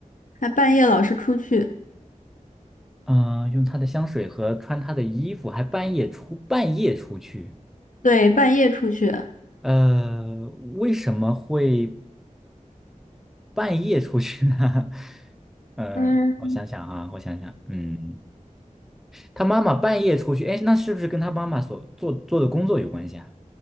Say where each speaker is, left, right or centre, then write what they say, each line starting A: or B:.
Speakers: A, on the left; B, in the centre.
A: 还半夜老是出去，
B: 嗯、用她的香水和穿她的衣服，还半夜出半夜出去。
A: 对，半夜出去。
B: 呃，为什么会？半夜出去呢？<laughs> 呃，
A: 嗯，
B: 我想想哈、我想想，嗯，他妈妈半夜出去，哎，那是不是跟他妈妈所做做的工作有关系啊？